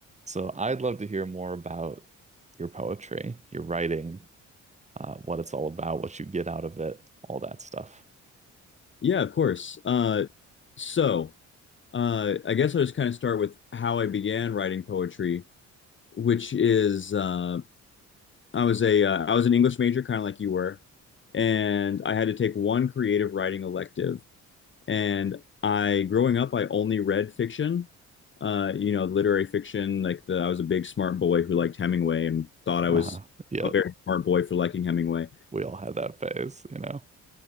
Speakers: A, on the right (about 25°); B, on the left (about 40°).
A: So I'd love to hear more about your poetry, your writing, uh, what it's all about, what you get out of it, all that stuff.
B: Yeah, of course. Uh, so, uh, I guess I'll just kind of start with how I began writing poetry, which is uh, I was a uh, I was an English major, kind of like you were, and I had to take one creative writing elective. And I, growing up, I only read fiction, uh, you know, literary fiction. Like the, I was a big smart boy who liked Hemingway and thought I
A: Uh-huh.
B: was
A: Yep.
B: a very smart boy for liking Hemingway.
A: We all had that phase, you know.